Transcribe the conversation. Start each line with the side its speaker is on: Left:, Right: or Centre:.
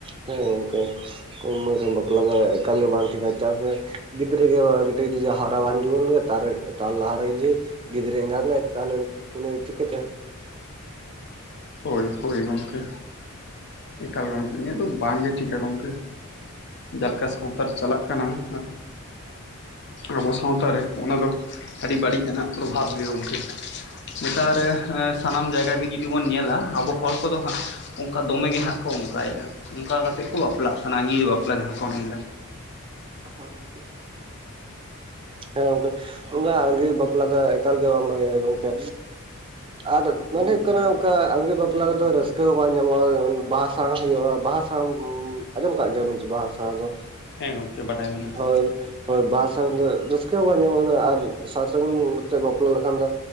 Right: ᱦᱮᱸ ᱠᱚᱝᱠᱮ ᱠᱚᱢ ᱩᱢᱮᱨ ᱨᱮ ᱵᱟᱯᱞᱟ ᱫᱚ ᱮᱠᱟᱞ ᱜᱮ ᱵᱟᱝ ᱴᱷᱤᱠᱟ᱾ᱪᱮᱫᱟᱜ ᱥᱮ ᱜᱤᱫᱽᱨᱟᱹ ᱜᱮ ᱜᱤᱫᱽᱨᱟᱹ ᱡᱩᱫᱤ ᱦᱟᱨᱟ ᱵᱟᱝ ᱡᱩᱣᱟᱹᱱ ᱜᱮ ᱛᱟᱨ ᱛᱟᱨ ᱞᱟᱦᱟᱨᱮ ᱡᱚᱫᱤ ᱜᱤᱫᱽᱨᱟᱹ ᱮᱜᱟᱛ ᱱᱟᱭ ᱛᱟᱦᱚᱞᱮ ᱩᱱᱤ ᱪᱤᱠᱟᱹᱛᱮ
Left: ᱦᱳᱭ ᱦᱳᱭ ᱜᱚᱢᱠᱮ ᱮᱠᱟᱞ ᱜᱚᱢᱠᱮ ᱤᱧᱟᱹᱜ ᱫᱚ ᱵᱟᱝᱜᱮ ᱴᱷᱤᱠ ᱠᱟ ᱜᱚᱢᱠᱮ᱾ ᱡᱟᱦᱟᱸ ᱞᱮᱠᱟ ᱥᱟᱶᱛᱟ ᱨᱮ ᱪᱟᱞᱟᱜ ᱠᱟᱱᱟ ᱮᱸᱜ ᱟᱵᱚ ᱥᱟᱶᱛᱟ ᱨᱮ ᱚᱱᱟ ᱫᱚ ᱟᱹᱰᱤ ᱵᱟᱹᱲᱤᱡ ᱟᱱᱟᱜ ᱯᱨᱚᱵᱷᱟᱵᱽ ᱜᱮ ᱜᱚᱢᱠᱮ ᱱᱮᱛᱟᱨ ᱨᱮ ᱥᱟᱱᱟᱢ ᱡᱟᱭᱜᱟ ᱨᱮᱜᱮ ᱡᱩᱫᱤ ᱵᱚᱱ ᱧᱮᱞᱟ ᱟᱵᱚ ᱦᱚᱲ ᱠᱚᱫᱚ ᱦᱟᱸᱜ ᱚᱱᱠᱟ ᱫᱚᱢᱮ ᱜᱮ ᱦᱟᱸᱜ ᱠᱚ ᱚᱱᱠᱟᱭᱮᱫᱟ ᱚᱱᱠᱟ ᱠᱟᱛᱮᱜ ᱠᱚ ᱵᱟᱯᱞᱟᱜ ᱠᱟᱱᱟ᱾ ᱟᱹᱜᱤᱨ ᱵᱟᱯᱞᱟ ᱡᱟᱦᱟᱸ ᱠᱚ ᱢᱮᱱᱫᱟ᱾
Right: <unintelligible> ᱦᱮᱸ ᱜᱚᱢᱠᱮ ᱚᱱᱟ ᱟᱸᱜᱤᱨ ᱵᱟᱯᱞᱟ ᱫᱚ ᱮᱠᱟᱞ ᱜᱮ ᱵᱟᱝ ᱵᱷᱟᱜᱮᱭᱟ ᱜᱚᱝᱠᱮ ᱟᱨ ᱢᱮᱱ ᱦᱩᱭᱩᱜ ᱠᱟᱱᱟ ᱚᱱᱠᱟ ᱟᱺᱜᱤᱨ ᱵᱟᱯᱞᱟ ᱨᱮᱫᱚ ᱨᱟᱹᱥᱠᱟᱹ ᱦᱚᱸ ᱵᱟᱝ ᱧᱟᱢᱚᱜ-ᱟ, ᱵᱟᱦᱟ ᱥᱟᱶᱦᱟᱜ-ᱟ ᱵᱟᱦᱟ ᱟᱸᱡᱚᱢ ᱟᱠᱟᱟᱜ ᱜᱮᱭᱟ ᱵᱟᱦᱟ ᱥᱟᱶ ᱫᱚ
Left: ᱦᱮᱸ ᱜᱚᱢᱠᱮ ᱵᱟᱰᱟᱭ ᱢᱮᱱᱟᱜᱼᱟ
Right: ᱦᱳᱭ ᱦᱳᱭ ᱵᱟᱦᱟ ᱥᱟᱶ <inaudible> ᱨᱟᱹᱥᱠᱟᱹ ᱦᱚᱸ ᱵᱟᱝ ᱧᱟᱢᱚᱜ ᱠᱟᱱᱟ ᱟᱨ ᱥᱟᱨ ᱥᱟᱹᱜᱩᱱ ᱛᱮ ᱵᱟᱯᱞᱟ ᱞᱮᱠᱷᱟᱱ ᱫᱚ